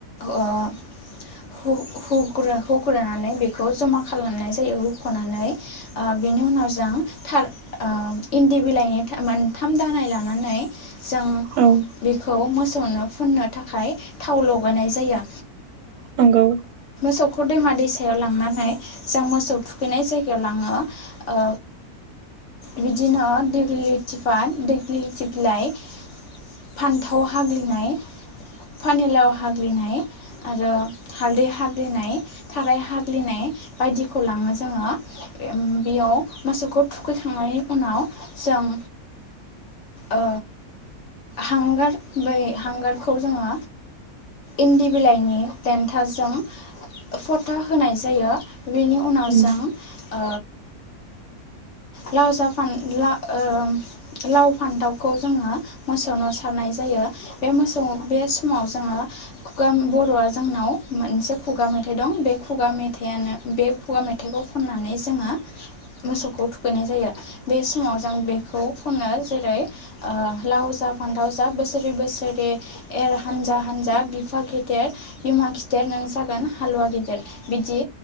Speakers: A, on the left; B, on the right.
A: ओ गुरखौ गुरानै बेखौ जमा खालामनाय जायो हख'नानै ओ बेनि उनाव जों थार इन्दि बिलाइनि मोनथाम दानाय लानानै जों
B: औ
A: बेखौ मोसौनो फुननो थाखाय थाव लगायनाय जायो
B: नंगौ
A: सखखौ दैमा दैसायाव लांना जों मोसौ थुखैनाय जायगायाव लाङो ओ बिदिनो दिग्लिलिथिपाथ दिग्लिलिथि बिलाइ फानथाव हाग्लिनाय पानिलाव हाग्लिनाय आरो हालदै हाग्लिनाय ग्लिनाय थाराय हाग्लिनाय बायदिखौ लाङो जोङो बेयाव मोसौखौ थुखैखांनायनि उनाव जों ओ हांगार बै हांगारखौ जोङो इन्दि बिलाइनि देन्थाजों फथा होनाय जायो बेनि उनाव
B: उम
A: जों ओ लाव जा फान ओ लाव फान्थावखौ जोङो मोसौनो सारनाय जायो बे मोसौ बे समाव जोङो खुगा बर'आ जोंनाव मोनसे खुगा मेथाइ दं बे खुगा मेथाइयानो बे खुगा मेथाइखौ खननानै जोङो मोसौखौ थुखैनाय जायो बे समाव जों बेखौ खनो जेरै ओ लाव जा फानथाव जा बोसोरै बोसोरै एर हानजा हानजा बिफा गेदेर बिमा खिदेर नों जागो गोन हालुवा गेदेर बिदि